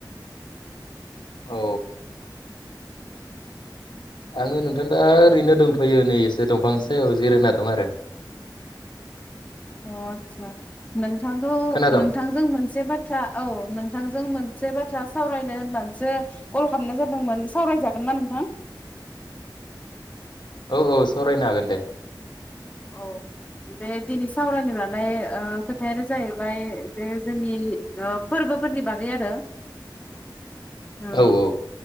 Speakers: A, on the left (about 70°); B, on the left (about 20°).
A: औ। आङो नोंथां दा ओरैनो दोंथयो नै एसे दंफां सायाव जिरायना दं आरो।
B: अ आतसा नों नोंथांखौ
A: खोनादों
B: नोंथांजों मोनसे बाथ्रा औ नोंथांजों मोन बाथ्रा सावनो होननानैसो कल खालामनाय जादोंमोन सावरायजागोन ना नोंथां?
A: औ औ सावरायनो हागोन दे।
B: औ बे दिनै सावरायनो लादों बाय ओ खोथायानो जाहैबाय जे जोंनि फोरबोफोरनि बागै आरो। ओ।
A: औ औ